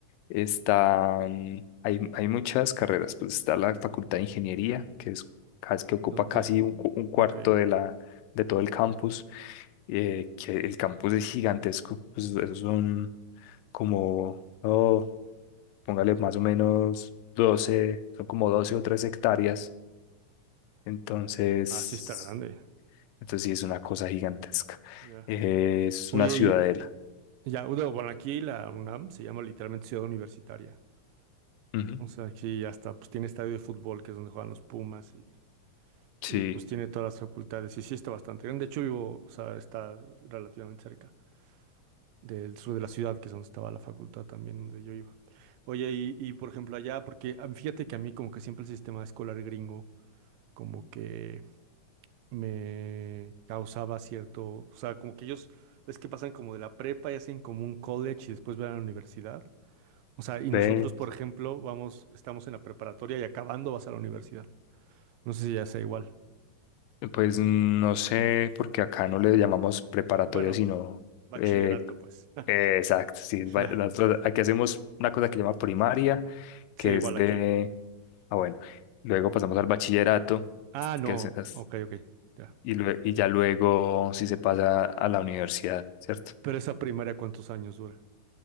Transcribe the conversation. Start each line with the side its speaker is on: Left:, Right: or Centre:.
Left: están, hay, hay muchas carreras, pues está la Facultad de Ingeniería, que es casi- que ocupa
Right: Entonces,
Left: casi un, cu- un cuarto
Right: ok.
Left: de la, de todo el campus, eh, que el campus es gigantesco, pues esos son como, oh, póngale más o menos 12, son como 12 o 13 hectáreas, entonces,
Right: Así está grande.
Left: entonces sí es una cosa gigantesca.
Right: Ya.
Left: Eh, es
Right: Oye,
Left: una ciudadela.
Right: y- ya, bueno, aquí la UNAM se llama literalmente Ciudad Universitaria.
Left: Ujú.
Right: O sea, aquí hasta pues tiene estadio de fútbol, que es donde juegan los Pumas, y,
Left: Sí,
Right: y, pues tiene todas las facultades. Y sí está bastante grande. De hecho, vivo, o sea, está relativamente cerca del sur de la ciudad, que es donde estaba la facultad también, donde yo iba. Oye, y, y, por ejemplo allá, porque ah, fíjate que a mí como que siempre el sistema escolar gringo como que me causaba cierto, o sea, como que ellos, ves que pasan como de la prepa y hacen como un college y después van a la universidad. O sea, y nosotros,
Left: ve,
Right: por ejemplo, vamos, estamos en la preparatoria y acabando vas a la universidad. No sé si ya sea igual.
Left: pues no sé, porque acá no le llamamos preparatoria,
Right: Bueno,
Left: sino
Right: bachillerato,
Left: eh,
Right: pues. <laughs>
Left: eh, exacto, sí, va-
Right: Ya.
Left: nosotros aquí hacemos una cosa que se llama primaria,
Right: Sí,
Left: que
Right: igual
Left: es de,
Right: aquí.
Left: ah bueno, luego pasamos al bachillerato,
Right: Ah, no.
Left: que es, es-
Right: Ok, ok. Ya.
Left: y, lue- y ya luego sí se pasa a la universidad, ¿cierto?
Right: Pero esa primaria, ¿cuántos años dura?